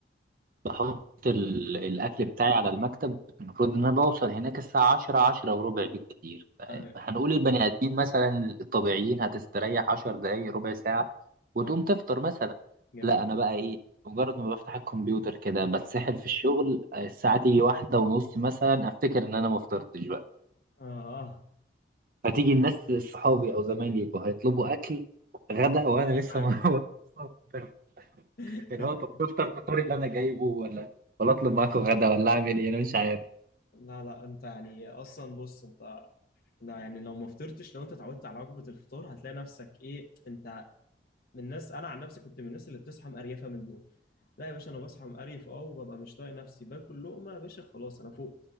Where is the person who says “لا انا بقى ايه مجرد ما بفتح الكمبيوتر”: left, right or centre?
Right